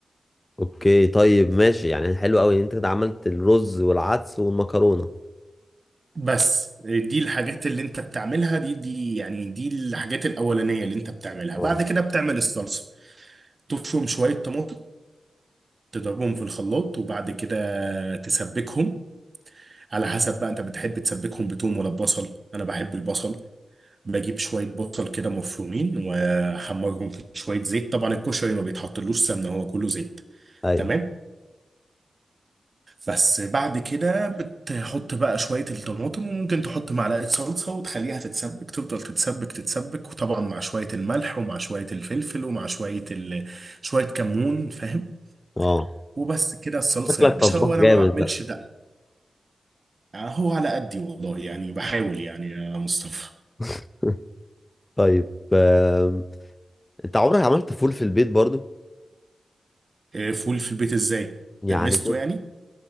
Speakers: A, on the left; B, on the right.
A: اوكي طيب ماشي يعني حلو قوي ان انت كده عملت الرز والعدس والمكرونه
B: بس دي الحاجات اللي انت بتعملها دي دي يعني دي الحاجات الأولانية اللي انت بتعملها
A: اه
B: بعد كده بتعمل الصلصة تفرم شوية طماطم تضربهم في الخلاط وبعد كده تسبكهم على حسب بقى انت بتحب تسبكهم بتوم ولا ببصل انا بحب البصل بجيب شويه بصل كده مفرومين واحمرهم في شويه زيت طبعا الكشري ما بيتحطلوش سمنه هو كله زيت
A: ايوه
B: تمام بس بعد كده بتحط بقى شويه الطماطم وممكن تحط معلقه صلصه وتخليها تتسبك تفضل تتسبك تتسبك وطبعا مع شويه الملح ومع شويه الفلفل ومع شويه ال... شويه كمون فاهم
A: اه
B: وبس كده الصلصه
A: شكلك
B: يا باشا
A: طباخ
B: وانا
A: جامد
B: ما بعملش
A: بقى
B: ده هو على قدي والله يعني بحاول يعني يا مصطفى
A: <laughs> طيب آم، انت عمرك عملت فول في البيت برضو
B: آه، فول في البيت ازاي
A: يعني
B: دمسته يعني